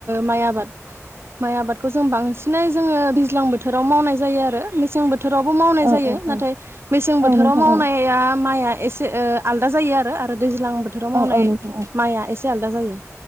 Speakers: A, on the right; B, on the right.
A: माइ आबाद माइ आबादखौ जों बांसिनै जोङो दैज्लां बोथोराव मावनाय जायो आरो मेसें बोथोराव बोथोरावबो मावनाय
B: औ
A: जायो
B: औ
A: नाथाय मेसें बोथोराव
B: औ नोंथां
A: मावनाया
B: औ
A: माइआ एसे ओ आलदा जायो आरो दैज्लां बोथोराव मावनाय
B: औ औ नोंथां
A: माइआ एसे आलदा जायो।